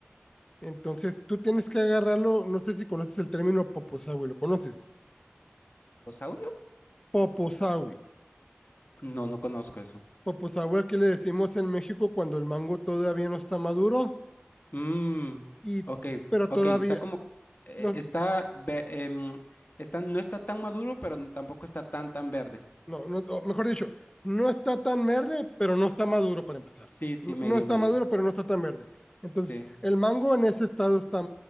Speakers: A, on the left; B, on the left.
A: Entonces tú tienes que agarrarlo, no sé si conoces el término poposawi, ¿lo conoces?
B: ¿Osaurio?
A: Poposawi.
B: No, no conozco eso.
A: Poposawi aquí le decimos en México cuando el mango todavía no está maduro,
B: Mmm,
A: y,
B: ok,
A: pero
B: ok,
A: todavía,
B: está como, eh,
A: no,
B: está, ve- em, está, no está tan maduro, pero n- tampoco está tan, tan verde.
A: No, no, o mejor dicho, no está tan verde, pero no está maduro para empezar.
B: Sí, sí,
A: No,
B: medio,
A: no está
B: medio.
A: maduro, pero no está tan verde. Entonces,
B: Sí,
A: el mango en ese estado está